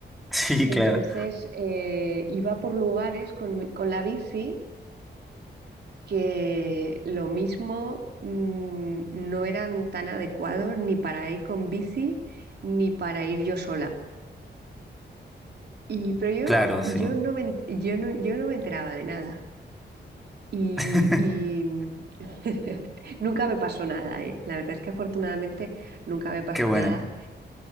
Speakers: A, in the centre; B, on the right (about 60°).
A: Sí,
B: Entonces
A: claro.
B: eh, iba por lugares con, mi- con la bici que lo mismo mm, no eran tan adecuados ni para ir con bici ni para ir yo sola. Y, pero yo,
A: Claro,
B: yo,
A: sí.
B: no me, en- yo no yo no me enteraba de nada. Y,
A: <laughs>
B: y <laughs> nunca me pasó nada, ¿eh? La verdad es que afortunadamente nunca me pasó
A: Qué bueno.
B: nada,